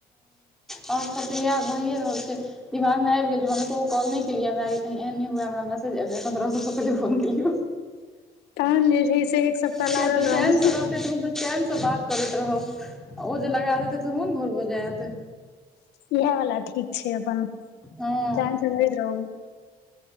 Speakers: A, in the centre; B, on the left.
A: आओर सभ तऽ इएह भइए रहल छै दिमागमे आबि गेल जे हमरा एक्कोगो कॉल नहि केलियै माएगे त एहन नहि हुए हमरा मैसेज आबि जय तय हम सबसे पहले तोड़ा फोन केलियै
B: तहन जे छै से सप्ताह
A: किया
B: लागल
A: तऽ
B: रहू
A: चैनसे रहतै तऽ हम तऽ चैनसऽ बात करैत रहब ओ जे लगा देते तऽ मोन घोल हो जायत
B: इहे वला ठीक छै अपन
A: हँ
B: चैनसँ रहैत रहू